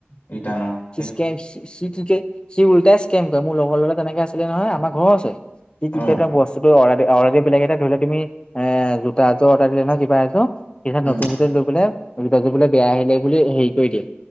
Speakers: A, on the left; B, on the left.
A: ৰিটান
B: চিচকেপ চিচ <unintelligible> কি টিকে সি উলটাই স্কেম কৰে মোৰ লগৰ ল'ৰা তেনেকে আছিলে নহয় আমাৰ ঘৰৰ ওচয় সি টিকেত
A: অ
B: বচ অৰ্দাৰ-অৰ্দাদি বেলেগ এটা ধৰিলোৱা তুমি এ জোতা এজোৰ অৰ্ডাৰ দিলে ন কিবা এয়োৰ তেতিয়া
A: উম।
B: নতুন লৈ বোলে জোতাযোৰ বোলে বেয়া আহিলে বোলে হেৰি কৰি দিয়ে।